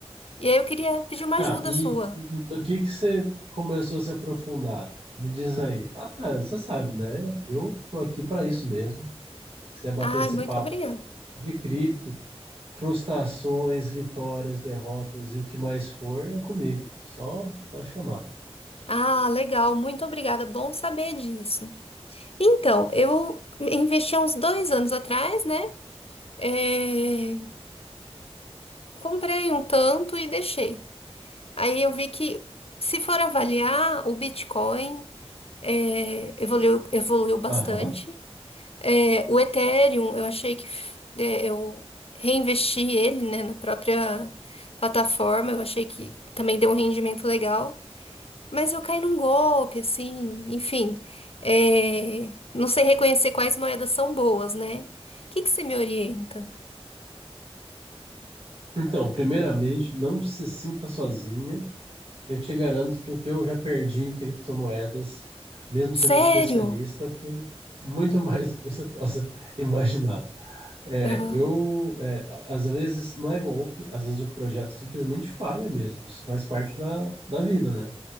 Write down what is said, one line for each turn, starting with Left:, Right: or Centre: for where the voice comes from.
Left: E aí eu queria pedir uma
Right: Tá,
Left: ajuda
Right: e
Left: sua.
Right: no que que você começou a se aprofundar? Me diz aí. Ah, tá, você sabe, né? Eu tô aqui para isso mesmo. Que você bater
Left: Ai,
Right: esse
Left: muito
Right: papo
Left: obrigada.
Right: de cripto, frustrações, vitórias, derrotas e o que mais for, é comigo. Só, só chamar.
Left: Ah, legal, muito obrigada. Bom saber disso. Então, eu investi há uns dois anos atrás, né? É, comprei um tanto e deixei. Aí eu vi que, se for avaliar, o Bitcoin é, evoluiu, evoluiu bastante.
Right: Aham.
Left: É, o Ethereum, eu achei que f- de- eu reinvesti ele, né, na própria plataforma. Eu achei que também deu um rendimento legal. Mas eu caí num golpe, assim, enfim. É, não sei reconhecer quais moedas são boas, né? O que que você me orienta?
Right: Então, primeiramente, não se sinta sozinha. Eu te garanto que o que eu já perdi em criptomoedas, mesmo
Left: Sério?
Right: sendo especialista, foi muito <laughs> mais do que você possa imaginar. É,
Left: Aham.
Right: eu, é, a- às vezes, não é golpe, às vezes o projeto simplesmente falha mesmo. Isso faz parte da, da vida, né?